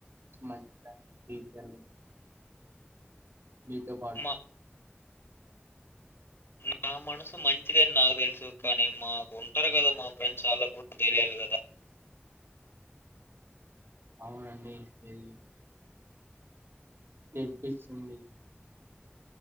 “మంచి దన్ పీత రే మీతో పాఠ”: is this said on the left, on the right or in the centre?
Right